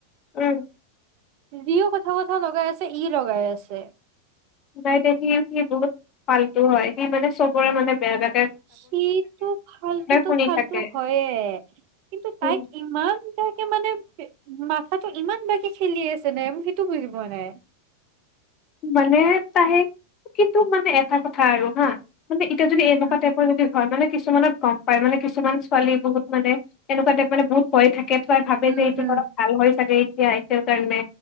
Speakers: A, on the left (about 35°); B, on the right (about 45°).
A: উম
B: যদিও কথা বথা লগাই আছে ই লগাই আছে
A: নাই দে সি সি বহুত ভালতটো হয় সি মানে চবৰে মানে বেয়া ব
B: সিটো ফালটুতো
A: শুনি
B: ফাল্তু
A: থাকে
B: হয়ে কিন্তু তাইক
A: উম
B: ইমান এাকে মানে মাথাটো ইমান বাকী খেলি আছে নে মোক সেইটো বুজি পোৱা নাই
A: মানে তাহে কিন্তু মানে এটা কথা আৰু হা মানে এতি যদি এনেুৱা
B: উম,
A: টাইৰ যদি হয় মানে কিছুমানত গম পাই মানে কিছুমান ছোৱালী বহুত মানে এনেকুৱা টাইপ মানে বহুত প থাকে কেটুৱাই ভাবে
B: উম,
A: যে এইটো
B: উম,
A: অলপ ভাল হয় চাগে য়াইছেল কাৰণে